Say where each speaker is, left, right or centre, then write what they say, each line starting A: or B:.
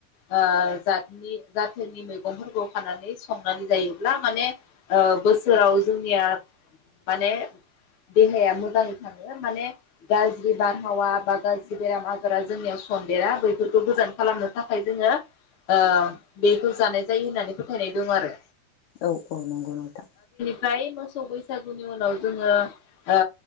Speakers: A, on the left; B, on the left.
A: ओजाथनि जाथोनि मैगंफोरखौ खानानै संनानै जायोब्ला माने ओ बोसोराव जोंनिया माने देहाया मोजाङै थाङो माने गाज्रि बारहावा बा गाज्रि बेराम आजारा जोंनियाव सन्देरा बैफोरखौ गोजान खालामनो थाखाय जोङो ओ बेखौ जानाय जायो होननानै फोथायनाय दं आरो
B: औ औ नंगौ नोंथां।
A: फ्राय मोसौ बैसागुनि उनाव जोङो ओ